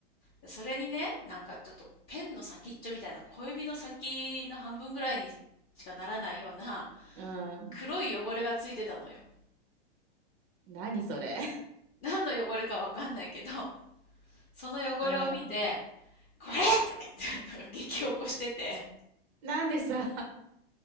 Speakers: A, on the left (about 30°); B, on the right (about 30°).
A: でそれにね、なんかちょっとペンの先っちょみたいな、小指の先の半分ぐらいにしかならないような、
B: うん。
A: 黒い汚れがついてたのよ。
B: 何それ。
A: 何の汚れかわかんないけど、その汚れを見て、
B: <laughs> うん。
A: これとか言って、なんか激怒してて、
B: なんでさ、